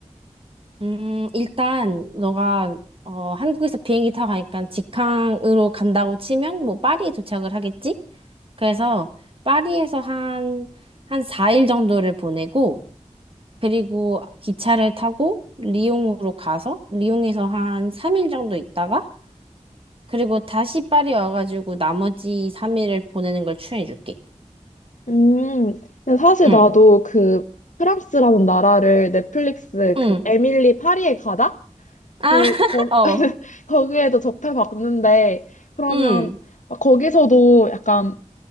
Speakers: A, on the right; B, on the left.
A: 음, 일단 너가 어, 한국에서 비행기 타고 가니까 직항으로 간다고 치면 뭐 파리에 도착을 하겠지? 그래서 파리에서 한, 한 4일 정도를 보내고 그리고 기차를 타고 리옹으로 가서 리옹에서 한 3일 정도 있다가 그리고 다시 파리 와가지고 나머지 3일을 보내는 걸 추천해 줄게.
B: 음, 근데 사실
A: 응,
B: 나도 그 프랑스라는 나라를 넷플릭스
A: 응.
B: 그 에밀리 파리에 가다? 그,
A: 아,
B: 거,
A: <laughs> 어,
B: <laughs> 거기에도 접해봤는데, 그러면
A: 응,
B: 거기서도 약간